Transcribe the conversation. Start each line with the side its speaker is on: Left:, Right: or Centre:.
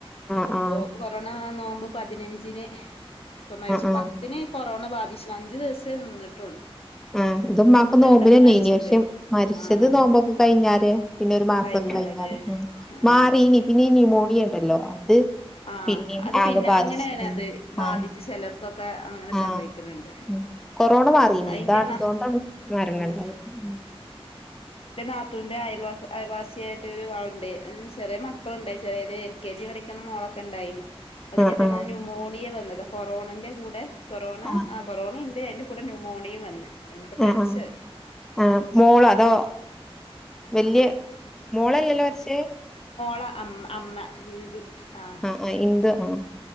Centre: ആഹ് ആഹ്
Left: അപ്പൊ
Centre: ആഹ്
Left: കൊറോണ നോവുമ്പോ പതിനഞ്ചിന് ഇപ്പൊ മരിച്ചു
Centre: ആഹ് ആഹ്
Left: പത്തിനെ കൊറോണ ബാധിച്ചു അഞ്ചു ദിവസേ നിന്നിട്ടുള്ളൂ
Centre: ആ ഇതമാക്ക്
Left: പെട്ടെന്ന്
Centre: നോമ്പിനന്നെ
Left: മരിച്ചും
Centre: ഇനി പക്ഷെ
Left: ചെയ്തു
Centre: മരിച്ചത്
Left: ആഹ്
Centre: നോമ്പൊക്കെ കഴിഞ്ഞാര് പിന്നെ ഒരു മാസൊക്കെ
Left: കഴിഞ്ഞാലല്ലേ
Centre: കൈഞ്ഞാല് ഉ
Left: ആഹ്
Centre: മാറീനി പിന്നെഈ ന്യൂമോണിയ ഉണ്ടല്ലോ അത്
Left: ആഅത്
Centre: പിന്നിം ആകെ
Left: പിന്നെ
Centre: ബാധിച്ച്
Left: അങ്ങനെയാണ്
Centre: ഉം
Left: അത് ബാധിച്ച്
Centre: ആഹ്
Left: ചിലർ ഒക്കെ അങ്ങനെ
Centre: ആഹ്
Left: സംഭവിക്കുന്നുണ്ട്
Centre: ഉം കൊറോണ മാറീനി
Left: അതിന്റെ
Centre: ഇതാ
Left: ന
Centre: ഇതോണ്ടാണ് മരണം
Left: ആഹ
Centre: ഇണ്ടായത് ഉം
Left: എന്റെ നാത്തൂവിന്റെ അയൽ അയൽവാസി ആയിട്ട് ഒരു ആളുണ്ട് ചെറിയമ്മ മണ്ടായിത് എൽ കെ ജി പഠിക്കുന്നോളൊക്കെ ഉണ്ടായിന് അതിന്
Centre: ആഹ്
Left: ഇ
Centre: ആഹ്
Left: ന്യുമോണിയന്ന അ കൊറോണന്റെ കൂടെ കൊറോണന്റെ
Centre: ആഹ്
Left: കൊറോണ ഉന്റെ അതിന്റെ കൂടെ ന്യൂമോണിയയും വന്ന് അങ്ങട്ട് പരിച്ചത്
Centre: ആഹ് ആഹ് ആഹ് മോളോ അതോ വല്യ മോളല്ലല്ലോ പക്ഷേ
Left: ള അ അമ്മ ഹിന്ദു ആ
Centre: ആഹ് ആഹ് ഇന്റെ ആഹ്